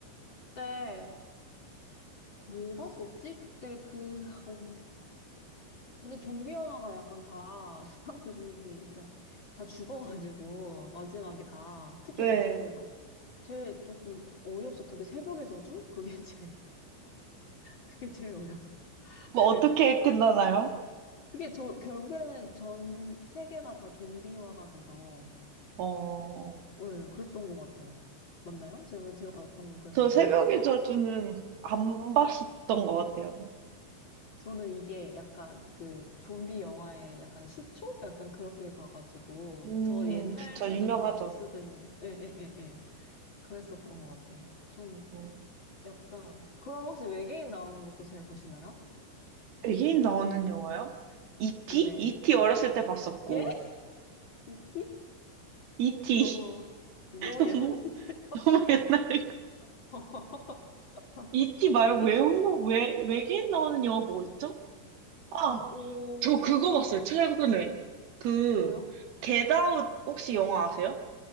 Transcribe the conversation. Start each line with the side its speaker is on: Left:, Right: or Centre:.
Left: 그때 뭐 봤었지? 그때 그, 어, 근데 좀비 영화가 약간 다 <laughs> 사람들이 약간 다 죽어가지고, 마지막에 다. 특히
Right: 네.
Left: 막 제일 막, 제일 조금 어이없었던 게 새벽의 저주? 그게 <laughs> 제일, 그게 제일 어이없었어요. <laughs>
Right: 뭐
Left: 그게
Right: 어떻게 끝나나요?
Left: 그게 저, 결국에는 전 세계가 다 좀비화가 돼서,
Right: 어,
Left: 예, 그랬던 것 같아요. 맞나요? 제가, 제가 봤던 건 그랬는데.
Right: 저 새벽의
Left: 그래서
Right: 저주는 안 봤었던 것 같아요.
Left: 저는 이게 약간 그 좀비 영화의 약간 시초? 약간 그렇게 봐가지고
Right: 음,
Left: 더 옛날에도
Right: 그쵸. 유명하죠.
Left: 나왔을 수도 있는데 에에에예 그랬었던 것 같아요. 좀
Right: 어.
Left: 약간 그럼 혹시 외계인 나오는 것도 잘 보시나요?
Right: 외계인 나오는 영화요? E.T.?
Left: 네.
Right: E.T. 어렸을 때 봤었고.
Left: 예? 이티?
Right: E.T.
Left: 너무 너무
Right: <laughs> 너무,
Left: 옛날이세요?
Right: 너무 옛날이고.
Left: <laughs>
Right: E.T. 말고
Left: 외계인
Right: 외우, 외, 외계인 나오는 영화 뭐 있죠? 아,
Left: 오
Right: 저 그거 봤어요. 최근에. 그,
Left: 뭐요?
Right: 겟아웃 혹시 영화 아세요?